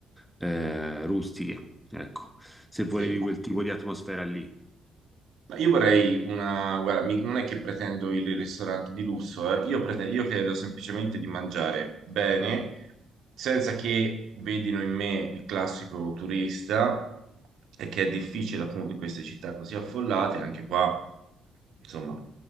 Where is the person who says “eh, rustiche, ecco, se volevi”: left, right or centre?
Centre